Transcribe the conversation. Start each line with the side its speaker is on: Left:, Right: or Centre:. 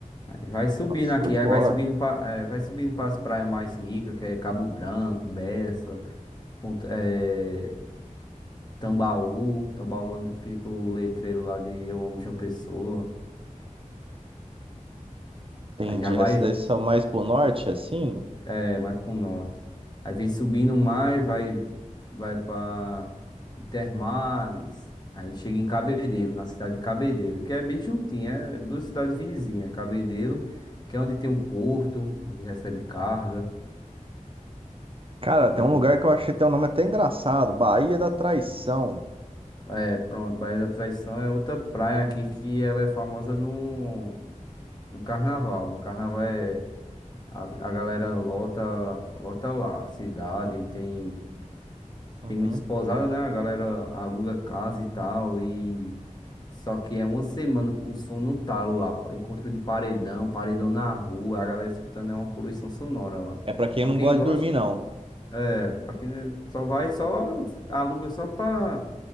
Left: Aí vai subindo
Right: Nossa,
Left: aqui,
Right: show de
Left: aí
Right: bola.
Left: vai subindo para é, vai subindo para as praias mais ricas, que é Cabo Branco, Bessa, Ponta- é, Tambaú. Tambaú é onde fica o letreiro lá de Eu Amo João Pessoa.
Right: Entendi.
Left: Aí já vai.
Right: Essas daí são mais pro norte, assim?
Left: É, mais pro norte. Aí vem subindo mais, vai, vai pra Intermares. Aí chega em Cabedelo, na cidade de Cabedelo, que é bem juntinho, é duas cidades vizinhas. Cabedelo, que é onde tem o porto, onde recebe carga.
Right: Cara,
Left: Tem
Right: tem um lugar
Left: o...
Right: que eu achei até o nome até engraçado, Baía da Traição.
Left: É, pronto, Baía da Traição é outra praia aqui que ela é famosa no, no carnaval. No carnaval é... A, a galera lota, lota lá a cidade, tem
Right: Uhum.
Left: Tem muitos pousadas, né? A galera aluga casa e tal. E só que é uma semana com som no talo lá. pa- Encontro de paredão, paredão na rua. A galera escutando é uma poluição sonora lá.
Right: É pra quem
Left: Pra
Right: não
Left: quem
Right: gosta
Left: gosta,
Right: de dormir, não.
Left: é. Pra quem só vai, só aluga só pra